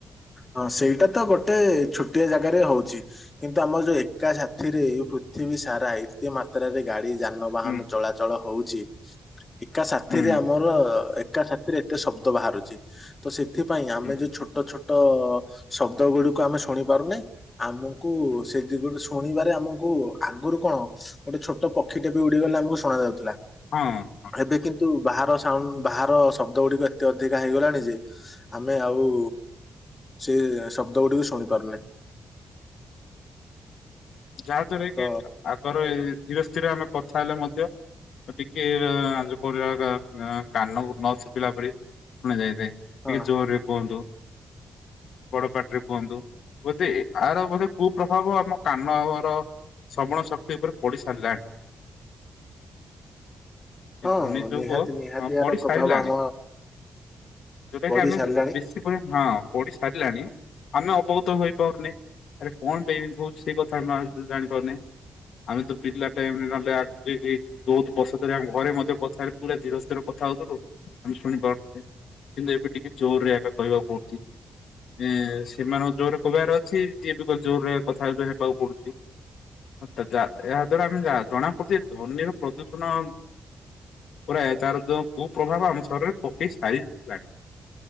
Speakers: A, on the left; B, on the left.
A: ହଁ ସେଇଟା ତ ଗୋଟେ ଛୋଟିଆ ଜାଗାରେ ହଉଛି। କିନ୍ତୁ ଆମ ଯଉ ଏକା ସାଥିରେ ପୃଥିବୀ ସାରା ଏତେ ମାତ୍ରାରେ ଗାଡି ଯାନ। ବାହନ
B: ହୁଁ
A: ଚଳାଚଳ ହଉଛି ଏକା ସାଥିରେ
B: ହୁଁ
A: ଆମର ଏକା ସାଥିରେ ଏତେ ଶବ। ତ ବାହାରୁଛି ତ ସେଥିପାଇଁ ଆମେ
B: ହୁଁ।
A: ଯଉ ଛୋଟ ଛୋ। ତ ଶବ୍ଦ ଗୁଡିକୁ ଆମେ ଶୁଣି ପାରୁନେ ଆମକୁ
B: ହୁଁ
A: ସେ। ଗୋଟେ ଶୁଣିବାରେ ଆମକୁ ଆଗରୁ କଣ ଗୋଟେ ଛୋଟ ପକ୍ଷୀ ଟେପି ଉଡି ଗଲେ ଆମକୁ ଶୁଣା ଯାଉଥିଲା।
B: ହଁ। ହଁ
A: ଏବେ କିନ୍ତୁ ବାହାର ସାଉଣ୍ଡ ବାହାର ଶବ୍ଦ ଗୁଡିକ। ଏତେ ଅଧିକା ହେଇଗଲାଣି ଯେ ଆମେ ଆଉ। ସିଏ ଶବ୍ଦ ଗୁଡିକୁ ଶୁଣି ପାରୁନେ।
B: <unintelligible> ଯାହା ଦ୍ଵାରା
A: ତ
B: କି ଆଗର ଧୀରେ ଧୀରେ ଆମେ କଥା ହେଲେ ମଧ୍ୟ ଟିକେ ଆ ପ କାନ ନ ଶୁଭିଲା ପରି ଶୁଣା ଯାଇଥାଏ। ଟିକେ
A: ହଁ
B: ଜୋରରେ କୁହନ୍ତୁ? ବଡ ପାଟିରେ କୁହନ୍ତୁ? ବୋଧେ ଏହାର ବୋଧେ କୁ ପ୍ରଭାବ ଆମ କାନ ଆର ଶ୍ରବଣ ଶକ୍ତି ଉପରେ ପଡି ସାରିଲାଣି।
A: ହଁ
B: ଏଇ ଧନି ଯୋଗୁ
A: ନିହାତି ନିହାତି
B: ହଁ
A: ଏହାର
B: ପଡିି
A: ପ୍ରଭାବ
B: ସାରିଲାଣି।
A: ଆମ
B: ଯୋଉଟା
A: ବଢି
B: କି ଆମେ
A: ସାରିଲାଣି
B: ବେଶୀ ହଁ ପଢି ସାରିଲାଣି ଆମେ ଅବଗତ ହେଇପାରୁନେ ଆରେ କଣ ପାଇଁ ଏମିତି ହଉଛି। ସେ କଥା ଜାଣିପାରୁନେ ଆମେ ତ ପିଲା ଟାଇ ନହେଲେ ବହୁତ ବର୍ଷ ଧରି ଆମ ଘରେ ମଧ୍ୟ କଥା ପୁରା ଧୀର ସ୍ଥିର କଥା ହଉଥିଲୁ ଆମେ ଶୁଣି ପାରୁ କିନ୍ତୁ ଏବେ ଟିକେ ଜୋର ରେ ଏବେ କହିବାକୁ ପଡୁଛି। ଏ ସେମାନଙ୍କ ଜୋରରେ କହିବାର ଅଛି ଯିଏ ବି କ ଜୋର ରେ କଥା ହେବାକୁ ପଡୁଛି। ଏହା ଦ୍ଵାରା ଆମେ ଜଣାପଡ଼ୁଛି ଧ୍ୱନୀର ପ୍ରଦୂଷଣ ପୁରା ତାର ଯୋଉ କୁପ୍ରଭାବ ଆମ ଶରୀରେ ପକେଇ ସାରିିଲାଣି।